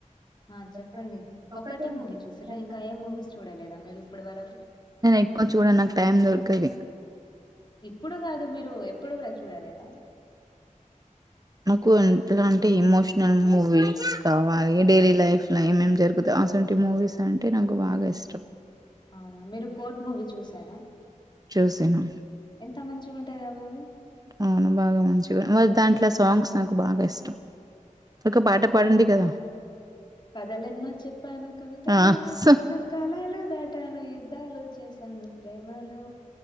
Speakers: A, on the left; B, on the right.
A: ఆ
B: చెప్పండి ఒకే
A: ఒకటే మూవీ చూసిర్రా ఇంకా ఏ మూవీస్ చూడలేదా మీరు ఇప్పటి వరకు
B: ఎక్కువ చూడా నాకు టైం దొరకది
A: ఇప్పుడు కాదు మీరు ఎప్పుడు కూడా చూడాలేదా
B: నాకు ఇట్లాంటి ఇమోషనల్ మూవీస్ కావాలి డైలీ లైఫ్లో ఏమేం జరుగుత అసవంటి మూవీస్ అంటే నాకు బాగా ఇష్టం
A: అవునా మీరు కోర్ట్ మూవీ చూసారా
B: చూసను
A: ఎంత మంచిగా ఉంటది ఆ మూవీ
B: అవును బాగా మంచి మరి దాంట్లో సాంగ్స్ నాకు బాగా ఇష్టం ఒక పాట పాడండి కదా
A: కథలెనో చెప్పాను కవిత
B: ఆ
A: లే రాసను
B: స
A: కాలాలు దాటాను యుద్ధాలు చే చేసా ను ప్రేమలో